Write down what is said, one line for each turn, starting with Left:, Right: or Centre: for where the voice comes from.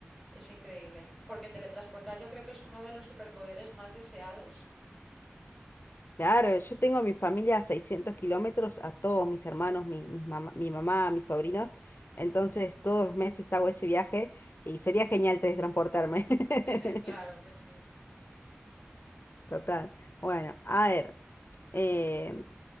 Centre: Es increíble, porque teletransportar yo creo que es uno de los superpoderes más deseados.
Left: Claro, yo tengo a mi familia a 600 kilómetros, a todos mis hermanos, mi, mis mamá, mi mamá, mis sobrinos. Entonces, todos los meses hago ese viaje y sería genial teletransportarme. <laughs>
Centre: <laughs> Claro que sí.
Left: Total. Bueno, a ver. eh,